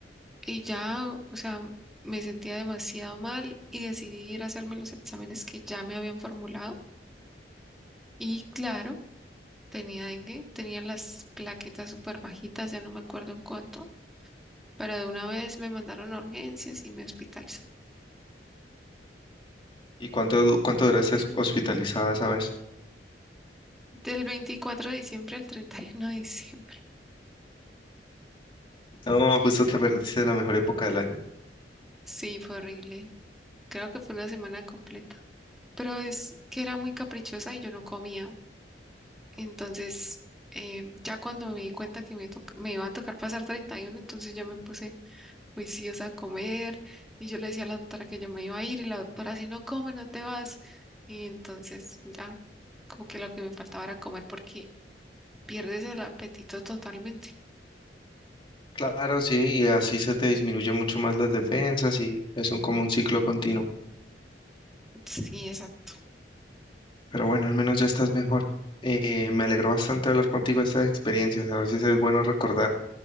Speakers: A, in the centre; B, on the left.
A: y ya, o sea, me sentía demasiado mal y decidí ir a hacerme los exámenes que ya me habían formulado. Y claro, tenía dengue, tenía las plaquetas súper bajitas, ya no me acuerdo en cuánto, pero de una vez me mandaron a urgencias y me hospitalizaron.
B: ¿Y cuánto, du- cuánto duraste hos- hospitalizada esa vez?
A: Del 24 de diciembre al 31 de diciembre.
B: No, justo te perdiste de la mejor época del año.
A: Sí, fue horrible. Creo que fue una semana completa. Pero es que era muy caprichosa y yo no comía. Entonces, eh, ya cuando me di cuenta que me, toc- me iba a tocar pasar 31, entonces yo me puse juiciosa a comer y yo le decía a la doctora que yo me iba a ir y la doctora, si no come, no te vas. Y entonces ya, como que lo que me faltaba era comer porque pierdes el apetito totalmente.
B: Claro, sí, y así se te disminuye mucho más las defensas y es un, como un ciclo continuo.
A: Sí, exacto.
B: Pero bueno, al menos ya estás mejor. Eh, me alegró bastante hablar contigo de estas experiencias. A veces es bueno recordar